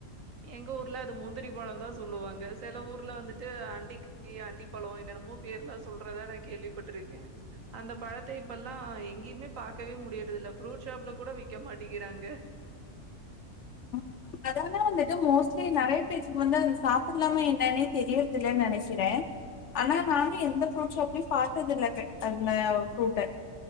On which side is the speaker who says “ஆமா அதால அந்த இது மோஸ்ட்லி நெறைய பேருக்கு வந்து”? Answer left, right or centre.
Left